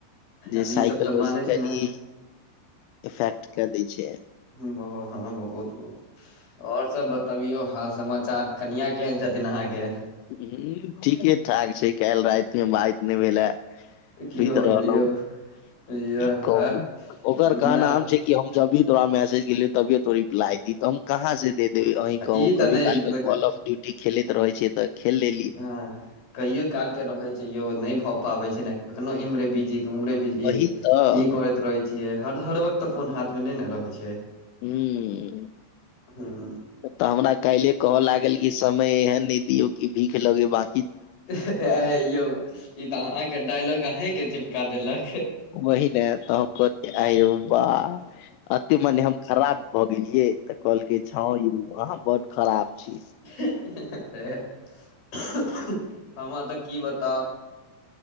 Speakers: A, on the left; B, on the left.
A: जे
B: अब
A: साइकोलॉजीकली
B: ई सब तऽ मानै छै ने
A: इफेक्ट कए दै छै।
B: ब हँ बहुत, और सब बतबियौ हाल समाचार कनिया केहन छथि थिन अहाँ के।
A: हू ठीके ठाक छै काल्हि रातिमे बात नहि भेले।
B: की
A: सुति
B: भऽ
A: रहलहुं,
B: गेल यौ य
A: की
B: ह
A: कहू, ओकर
B: तू
A: कह
B: न
A: नाम छै कि हम जभी तोरा मैसजे केलियो तभिये तो रिप्लाई दी, तऽ हम कहाँ से देबै, अहीं कहु
B: ई तऽ
A: कभियो
B: नहि
A: काल क कॉल ऑफ डयूटी खेलैत रहे छियै तऽ खेल लेलियै।
B: हं कहियो काल के रहे छै यो नहि भए पाबे छै ने, कखनो इमरे बीजी कहु उमरे। बीजीये
A: वही तऽ
B: ई करैत रहे छियै हर हर वक्त तऽ फोन हाथ मे नहि ने रहै छै।
A: हूं
B: हूँ।
A: तऽ हमरा काइल्हे कहय लागल कि समय एहन नहि दियौ कि भीख लगे बा।
B: एँ यौ ई त अहां के डायलॉग अहें के चिपका देलक।
A: वहि ने त हम कहति एँ यौ बा। अते मने हम खराब भऽ गेलियै तऽ कहलकै हँ यौ अहाँ बड खराब छी।
B: <unintelligible> हमरा तऽ की बताउ